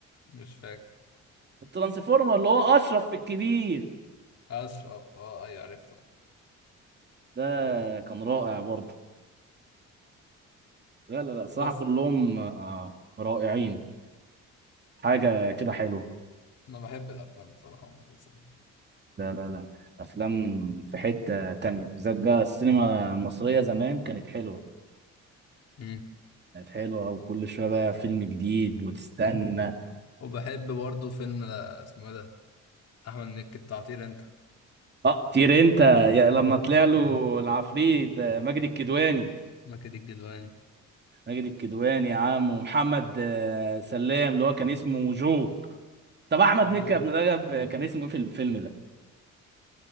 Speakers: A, on the left (about 55°); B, on the right (about 35°).
A: مش فاكر
B: الترانسفورمر اللي هو اشرف في الكبير
A: أشرف اه أي عرفته
B: ده كان رائع برضه لا لا لا الصراحه
A: بس
B: كلهم آه، رائعين حاجه كده حلوه
A: أنا بحب الأفلام بصراحة والمسلسلات
B: لا لا لا افلام في حته تانية بالذات بقى السينما المصريه زمان كانت حلوه
A: مم.
B: كانت حلوه وكل شويه بقى فيلم جديد وتستنى
A: وبحب برضه فيلم آه، اسمه إيه ده أحمد مكي بتاع طير أنت
B: اه طير انت يا لما طلع له العفريت آه، ماجد الكدواني
A: مكي الجدواني
B: ماجد الكدواني يا عم ومحمد آه، سلام اللي هو كان اسمه جو طب احمد
A: جو
B: مكي يا ابن رجب آه، كان اسمه ايه في الفيلم ده